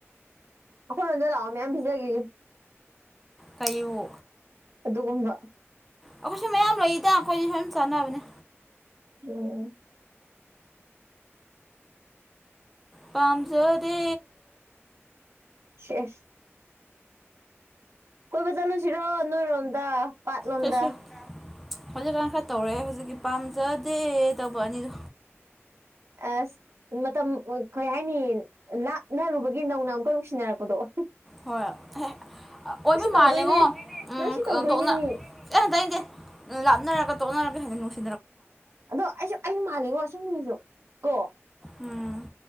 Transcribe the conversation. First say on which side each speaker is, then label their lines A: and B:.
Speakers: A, on the right; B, in the centre.
A: ꯑꯩꯈꯣꯏꯔꯣꯝꯗ ꯂꯥꯛꯑꯣ ꯃꯌꯥꯝ ꯄꯤꯖꯈꯤꯒꯦ
B: ꯀꯩꯕꯨ
A: ꯑꯗꯨꯒꯨꯝꯕ
B: ꯑꯩꯈꯣꯏꯁꯨ ꯃꯌꯥꯝ ꯂꯔꯤꯗ ꯑꯩꯈꯣꯏꯗꯤ ꯁꯨꯝ ꯆꯥꯟꯅꯕꯅꯦ
A: ꯑꯣꯝ
B: ꯄꯥꯝꯖꯗ
A: ꯑꯁ ꯀꯣꯏꯕ ꯆꯠꯂꯨꯁꯤꯔꯣ ꯅꯣꯏꯔꯣꯝꯗ ꯄꯥꯠꯂꯣꯝꯗ
B: ꯆꯠꯁꯦ ꯍꯧꯖꯤꯛꯀꯥꯟ ꯈꯔ ꯇꯧꯔꯛꯑꯦ ꯍꯧꯖꯤꯛꯀꯤ ꯄꯥꯝꯖꯗꯦ ꯇꯧꯕ ꯑꯅꯤꯗꯣ
A: ꯑꯁ ꯃꯇꯝ ꯀꯩ ꯍꯥꯏꯅꯤ ꯂꯥꯛꯅꯔꯨꯕꯒꯤ ꯅꯧꯅ ꯑꯃꯨꯛꯀ ꯅꯨꯡꯁꯤꯟꯅꯔꯛꯄꯗꯣ ꯑꯣ
B: ꯍꯣꯏ ꯑꯣꯏꯕ
A: ꯇꯧꯗꯣꯏꯅꯦ
B: ꯃꯥꯜꯂꯦꯉꯣ
A: ꯅꯪꯁꯨ ꯇꯧꯗꯣꯏꯅꯦ
B: ꯎꯝ ꯇꯣꯛꯅ
A: ꯃꯤ
B: ꯑꯦꯟꯇꯩꯅꯗꯦ ꯂꯥꯞꯅꯔꯒ ꯇꯣꯛꯅꯔꯒ ꯍꯦꯟꯅ ꯅꯨꯡꯁꯤ
A: ꯑꯗꯣ ꯑꯩꯁꯨ ꯑꯩꯁꯨ ꯃꯥꯜꯂꯤꯉꯣ ꯏꯅꯤꯁꯨ ꯀꯣ
B: ꯎꯝ